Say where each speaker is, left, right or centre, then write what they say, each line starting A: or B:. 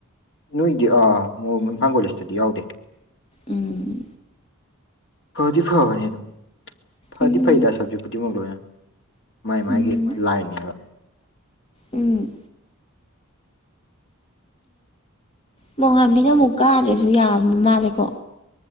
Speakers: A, on the left (about 55°); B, on the left (about 25°).
A: ꯅꯣꯏꯗꯤ ꯑꯥ ꯃꯣꯏ ꯏꯝꯐꯥꯜ ꯀꯣꯂꯦꯖꯇꯗꯤ ꯌꯥꯎꯗꯦ
B: ꯎꯝ
A: ꯄꯣꯗꯤꯐꯥꯎꯕꯅꯤ ꯑꯗꯨꯝ ꯐꯗꯤ
B: ꯎꯝ
A: ꯐꯩꯗ ꯁꯞꯖꯦꯛ ꯈꯨꯗꯤꯡꯃꯛ ꯂꯣꯏꯅ ꯃꯥꯏ ꯃꯥꯏꯒꯤ
B: ꯎꯝ
A: ꯂꯥꯏꯅꯦꯕ
B: ꯎꯝ ꯃꯣꯡꯉꯥꯥꯟꯝꯕꯤꯅ ꯑꯃꯨꯛ ꯀꯥꯗ꯭ꯔꯁꯨ ꯌꯥꯕ ꯃꯥꯜꯂꯦꯀꯣ